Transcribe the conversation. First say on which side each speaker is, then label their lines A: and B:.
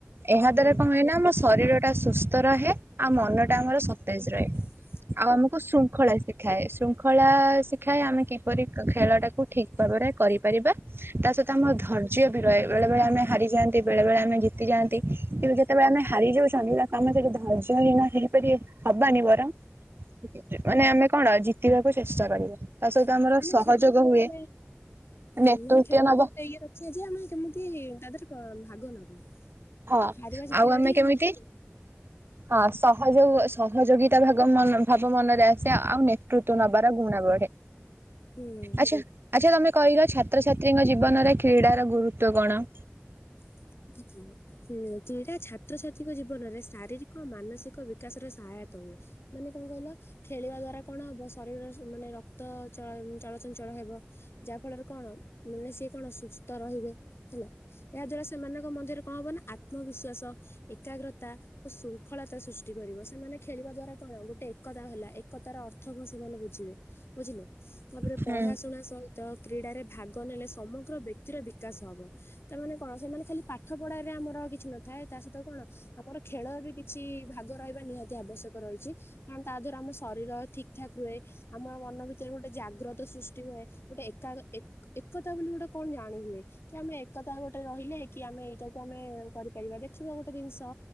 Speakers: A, on the right; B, on the left.
A: ଏହା
B: ହୁଁ।
A: ଦ୍ଵାରା କଣ ହୁଏନା ଆମ ଶରୀର ଟା ସୁସ୍ଥ ରହେ ଆଉ ମନ ଟା ଆମର ସତେଜ ରହେ।
B: <unintelligible>
A: ଆଉ ଆମକୁ ଶୃଙ୍ଖଳା ସେ ଶିଖାଏ ଶୃଙ୍ଖଳା ଶିଖାଏ ଆମେ କିପରି ଖେଳଟାକୁ ଠିକ୍ ଭାବରେ କରିପାରିବା। ତା ସହିତ ଆମର
B: ହୁଁ
A: ଧୈର୍ଯ୍ୟ ବି ରହେ ବେଳେବେଳେ ଆମେ ହାରିଯାନ୍ତି ବେଳେବେଳେ ଆମେ ଜିତିଯାଆନ୍ତି କିନ୍ତୁ ଯେତେବେଳେ ଆମେ ହାରି ଯାଉଛନ୍ତି ତାକୁ ଆମେ କେବେ ଧୈର୍ଯ୍ୟହୀନ ହେଇପାରିବ ହବାନି ବରଂ <unintelligible> ମାନେ ଆମେ କଣ ଜିତିବାକୁ ଚେଷ୍ଟା କରିବା। ତା ସହିତ
B: ହଁ
A: ଆମର ସହଯୋଗ
B: ଖେଳର ଗୋଟେ
A: ହୁଏ
B: ହୁଁ
A: ନେତୃତ୍ୱ
B: ମାନେ ଖେଳ
A: ନବ
B: ଗୋଟେ ଇଏ ର ଆଜି ଆମେ କେମିତି ତା ଧେରେ ଭାଗ ନବା
A: ହଁ
B: ହାରିବା ଜିତିବାଟି
A: ଆଉ କେମିତି
B: ଆମେ <inaudible>
A: ହଁ ସହଯୋଗ ସହଯୋଗିତା ଭାଗ ମନରେ ଭାବ ମନରେ ଆସେ ଆଉ ମେ କୃତ ନବାର ଗୁଣା ବଢେ
B: ହୁଁ।
A: ଆଚ୍ଛା ଆଚ୍ଛା ତମେ କହିଲ ଛାତ୍ରଛାତ୍ରୀଙ୍କ ଜୀବନରେ କ୍ରୀଡ଼ାର ଗୁରୁତ୍ଵ କଣ?
B: <unintelligible> ହଁ କ୍ରୀଡ଼ା ଛାତ୍ରଛାତ୍ରୀଙ୍କ ଜୀବନରେ ଶାରୀରିକ ମାନସିକ ବିକାଶ ର ସାହୟତ ହୁଏ। ମାନେ କଣ କହିଲ ଖେଳିବା ଦ୍ଵାରା କଣ ହବ ଶରୀର ମାନେ ରକ୍ତ ଚଳ ଚଳଚଞ୍ଚଳ ହେବ। ଯାହା ଫଳରେ କଣ ମାନେ ସିଏ କଣ ସୁସ୍ଥ ରହିବେ ହେଲା ଏହା ଦ୍ଵାରା ସେମାନଙ୍କ ମଧ୍ୟରେ କଣ ହବ ନା ଆତ୍ମବିଶ୍ଵାସ ଏକାଗ୍ରତା ଶୃଙ୍ଖଳତା ସୃଷ୍ଟି କରିବ ସେମାନେ ଖେଳିବା ଦ୍ଵାରା କଣ ଗୋଟେ ଏକତା ହେଲା ଏକତାର ଅର୍ଥ କଣ ସେମାନେ ବୁଝିବେ ବୁଝିଲେ ତାପରେ
A: ହୁଁ
B: ପଢା ଶୁଣା ସହି ତ କ୍ରୀଡାରେ ଭାଗ ନେଲେ ସମଗ୍ର ବ୍ୟକ୍ତିର ବିକାଶ ହବ ତାମାନେ କଣ ସେମାନେ ଖାଲି ପାଠ ପଢାରେ ଆମର ଆଉ କି ଛି ନଥାଏ ତା ସହିତ କଣ ଆମର ଖେଳ ବି କିଛି ଭାଗ ରହିବା ନିହାତି ଆବଶ୍ୟକ ରହିଛି କାରଣ ତା ଦ୍ଵାରା ଆମର ଶରୀର ଠିକ ଠାକ ରୁହେ ଆମ ମନ ଭିତରେ ଗୋଟେ ଜାଗ୍ରତ ସୃଷ୍ଟି ହୁଏ ଗୋଟେ ଏକାଗ ଏକା ଏକତା ବୋଲି ଗୋଟେ କଣ ଜାଣିହୁଏ କି ଆମେ ଏକତା ଗୋଟେ ରହିଲେ କି ଆମେ ଏଇଟାକୁ ଆମେ କରିପାରିବା ଦେଖିବା ଗୋଟେ ଜିନିଷ